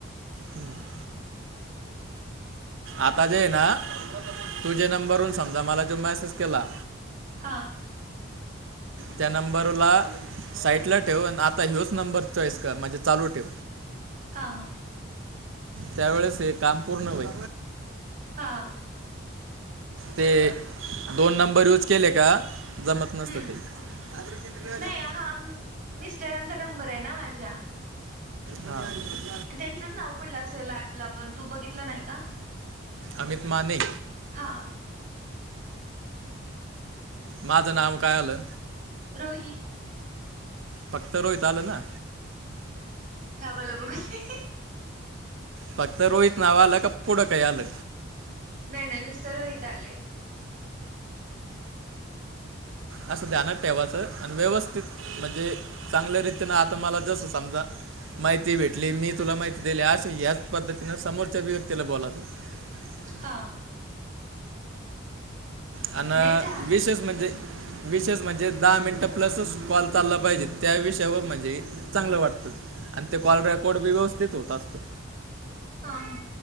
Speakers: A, on the right; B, on the right.
A: हम्. आता जे आहे ना तुझे नंबरन समजा मला जो मेसेज केला.
B: हा.
A: त्या नंबरला साईटला ठेव आता ह्योच नंबर चॉईस कर म्हणजे चालू ठेव.
B: हा हा
A: त्यावेळेस हे काम पूर्ण वय.
B: हा.
A: ते दोन नंबर यूज केले का जमत नसत
B: हम्म
A: ते. तादृची क्रयला.
B: नाही हा मिस्टरांचा नंबर आहे ना माझ्या.
A: हा.
B: त्यांचंच नाव पडलं असेल पला पण तू बघितलं नाही का.
A: अमित मा नाही.
B: हा
A: माझं नाव काय आलं.
B: तोहीित.
A: फक्त रोहितलं ना.
B: बला ब कुसे.
A: फक्त रोहित नाव आलं का पुढं काही आलं.
B: नाही नाही नुसतं रहित आले.
A: असं ध्यानात ठेवायचं आणि व्यवस्थित म्हणजे चांगल्या रीतीन आता मला जसं समजा. माहिती भेटली मी तुला माहिती दिली अशे ह्याच पद्धतीनं समोरच्या अभिव्यक्तीला बोलाच. <unintelligible> <inaudible>
B: हा.
A: अ
B: नाही झाल
A: विशेष म्हणजे. विषयष म्हणजे दहा मिनिटं प्लसच कॉल चालला पाहिजे त्या विषयावर म्हणजे चांगलं वाटतं. आणि ते कॉल रेकॉर्ड बी व्यवस्थित होत असतो.
B: हां हां